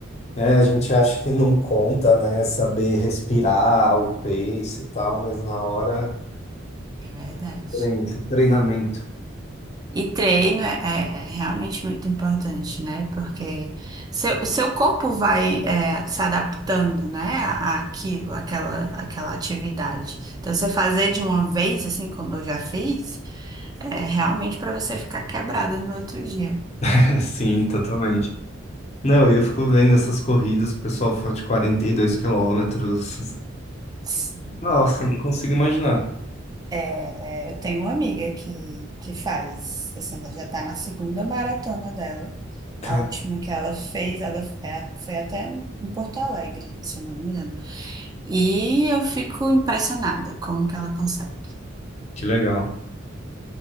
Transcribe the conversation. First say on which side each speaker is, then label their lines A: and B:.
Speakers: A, on the left; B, on the right.
A: É, a gente acha que não conta, né? Saber respirar, o pace e tal, mas na hora.
B: É verdade.
A: Treinamento. treinamento.
B: E treino é, é- é realmente muito importante, né? Porque seu, seu corpo vai é, se adaptando, né? A Àquilo, àquela, àquela atividade. Então, você fazer de uma vez, assim como eu já fiz, é realmente para você ficar quebrada no outro dia.
A: <laughs> Sim, totalmente. Não, e eu fico vendo essas corridas que o pessoal faz de 42 quilômetros.
B: Sim.
A: Nossa, não consigo imaginar.
B: É, é, eu tenho uma amiga que, que faz, assim, ela já está na segunda maratona dela.
A: Cara,
B: A última que ela fez, ela é- foi até em Porto Alegre, se eu não me engano. E eu fico impressionada com o que ela consegue.
A: que legal.